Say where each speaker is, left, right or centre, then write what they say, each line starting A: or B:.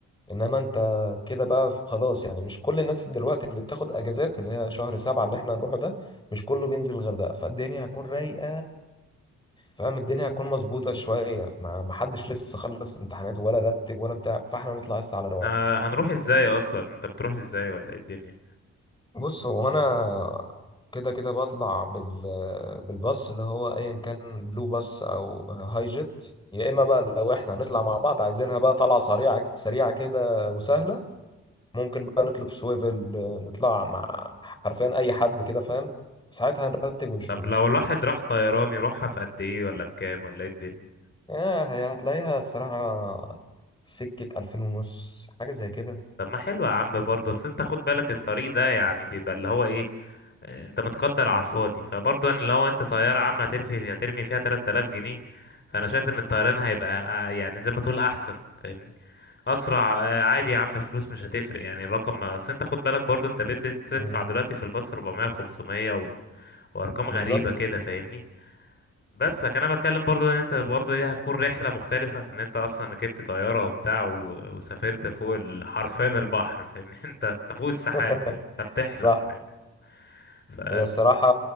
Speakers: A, on the left; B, on the left.
A: انما انت كده بقى خلاص يعني مش كل الناس دلوقتي اللي بتاخد اجازات اللي هي شهر سبعة اللي احنا هنروحه ده مش كله بينزل الغردقة فالدنيا هتكون رايقة فاهم الدنيا هتكون مظبوطة شوية ما ما حدش لسه خلص امتحانات ولا رتب ولا بتاع فاحنا بنطلع لسه على رواقة
B: إحنا هنروح ازاي اصلا انت بتروح ازاي ولا ايه الدنيا
A: بص هو انا كده كده بطلع بال بالباص اللي هو ايا كان بلو باص او هاي جيت يا اما بقى لو احنا هنطلع مع بعض عايزينها بقى طلعة سريعة سريعة كده وسهلة ممكن بقى نطلب سويفل نطلع مع حرفيا اي حد كده فاهم ساعتها نرتب ونشوف
B: طب لو الواحد راح طيران يروحها في قد ايه ولا بكام ولا ايه الدنيا
A: آه هي- هتلاقيها الصراحة سكة ألفين ونص حاجة زي كده
B: طب ما حلو يا عم برضه بس انت خد بالك الطريق ده يعني بيبقى اللي هو ايه آه، انت متقدر على الفاضي فبرضه يعني لو انت طيارة عامة هترفي هترمي فيها 3000 جنيه فانا شايف ان الطيران هيبقى آه، يعني زي ما تقول احسن فاهمني اسرع آه، عادي يا عم الفلوس مش هتفرق يعني الرقم اصل انت خد بالك برضه انت بقيت بتدفع
A: مم،
B: دلوقتي في الباص 400 500 و... وارقام
A: بالظبط
B: غريبة كده فاهمني بس لكن انا بتكلم برضو ان انت برضو دي هتكون رحله مختلفه ان انت اصلا ركبت طياره وبتاع و... وسافرت فوق ال- حرفيا البحر فاهمني <laughs> انت انت فوق السحاب
A: <laughs>
B: فاهم انت بتحلم
A: صح
B: فاهم ف
A: هي الصراحة